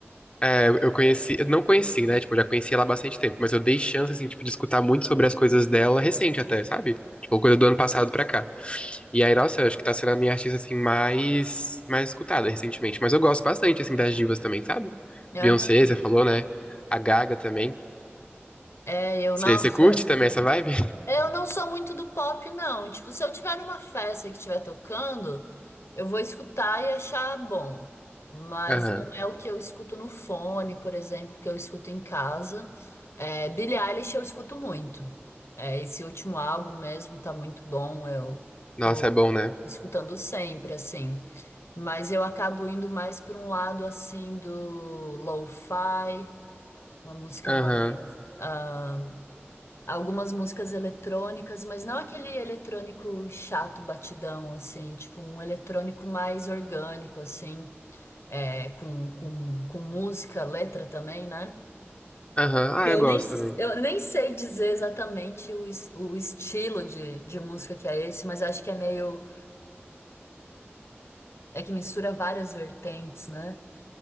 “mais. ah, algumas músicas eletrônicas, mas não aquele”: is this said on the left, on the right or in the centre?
Left